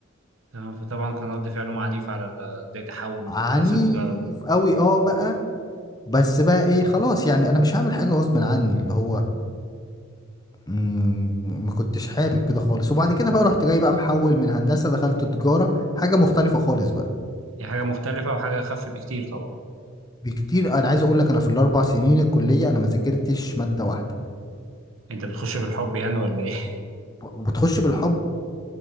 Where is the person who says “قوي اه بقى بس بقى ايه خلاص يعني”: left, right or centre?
Left